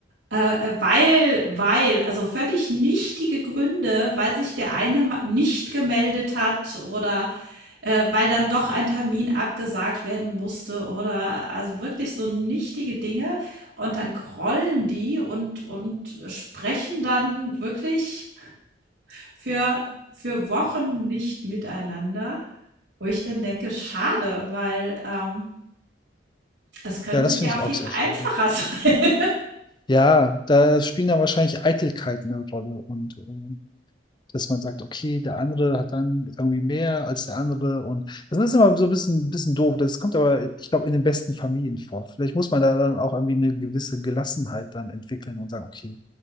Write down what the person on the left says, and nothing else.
Ja, das
finde ich
auch sehr
schade.
Ja, da spielen dann wahrscheinlich Eitelkeiten eine Rolle und äh, dass man sagt, okay, der andere hat dann irgendwie mehr als der andere und das ist immer so ein bisschen, bisschen doof. Das kommt aber, ich glaube, in den besten Familien vor. Vielleicht muss man da dann auch irgendwie eine gewisse Gelassenheit dann entwickeln und sagen, okay,